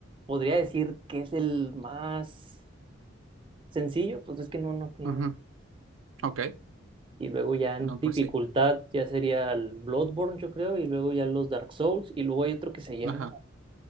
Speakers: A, on the right; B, on the right.
A: podría decir que es el más sencillo, pues es que no, no, no,
B: ujú,
A: no.
B: Ok,
A: Y luego ya en
B: no,
A: dificultad
B: pues sí.
A: ya sería el Bloodborne, yo creo, y luego ya los Dark Souls, y luego hay otro que se llama,
B: Ajá,